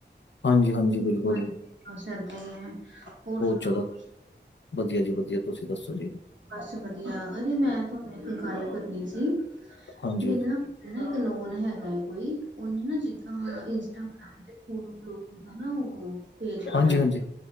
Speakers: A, on the left; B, on the right.
A: ਹਾਂਜੀ-ਹਾਂਜੀ, ਬਿਲਕੁਲ।
B: ਹਾਂਜੀ ਬਸ ਏਦਾਂ ਈ ਐ,
A: ਬਹੁਤ
B: ਹੋਰ ਸੁਣਾਓ
A: ਜ਼ਿਆਦਾ ਵਧੀਆ ਜੀ ਵਧੀਆ, ਤੁਸੀਂ ਦੱਸੋ ਜੀ।
B: ਬਸ ਵਦੀਆ, ਅਰੇ ਮੈਂ ਥੋਡੇ ਨਾਲ ਇੱਕ ਗੱਲ ਕਰਨੀ ਸੀ,
A: ਹਾਂਜੀ
B: ਮੈਨੂੰ ਨਾ ਮੇਰਾ ਨਾ ਇੱਕ ਨੋਨ ਹੈਗਾ ਏ ਕੋਈ, ਉਹਨੇ ਨਾ ਜਿੱਦਾਂ ਤਾਂ ਇੰਸਟਾਗ੍ਰਾਮ ਤੇ ਫ਼ੂਡ ਵਲੋਗ ਦਾ ਨਾ, ਉਹ ਪੇਜ ਬਣਾਇਆ।
A: ਹਾਂਜੀ ਹਾਂਜੀ